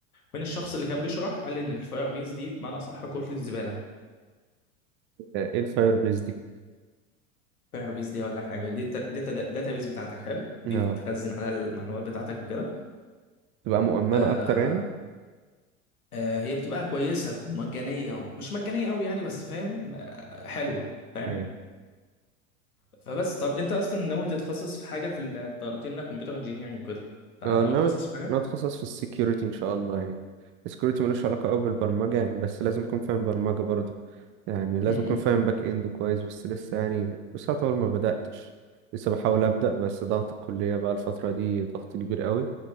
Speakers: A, on the left (about 85°); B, on the right (about 30°).
A: من الشخص اللي كان بيشرح قال لي ان الفاير بيز دي بمعنى صح كتله الزباله
B: آه، ايه الفاير بيس دي؟
A: فاير بيز دي اقول لك حاجه دي داتا بيز بتاعتك حلو دي
B: اه
A: بتخزن عليها المعلومات بتاعتك وكده
B: تبقى مؤمنة
A: آه
B: اكتر يعني؟
A: آه هي بتبقى كويسه مجانيه ومش مجانيه قوي يعني بس فاهم آه حلوه فاهم
B: ايوه
A: فبس طب انت اصلا ناوي تتخصص في حاجه في ال- انت قلت لنا كمبيوتر انجينيرنج وكده فناوي
B: اه ناوي
A: تتخصص في حاجه
B: ناوي اتخصص في السكيورتي ان شاء الله يعني السكيورتي ملوش علاقة قوي بالبرمجة يعني بس لازم اكون فاهم برمجة برضه يعني لازم
A: امم
B: اكون فاهم باك اند كويس بس لسه يعني لسه اطور ما بدأتش لسه بحاول أبدأ بس ضغط الكلية بقى الفترة دي ضغط كبير قوي